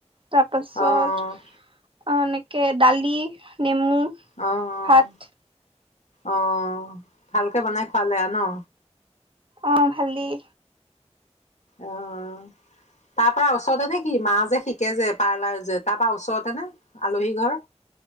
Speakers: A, on the right; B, on the left.
A: তাৰপাছত
B: অ',
A: অ কে দালি নেমু
B: অ',
A: ভাত
B: অ', অ ভালকে বনাই খোৱালে আৰু ন
A: অ ভালেই
B: অহ তাৰ পৰা ওচৰতে নে কি মা যে শিকে যে পাৰ্লাৰ যে তাৰ পৰা ওচৰতেনে আলহী ঘৰ।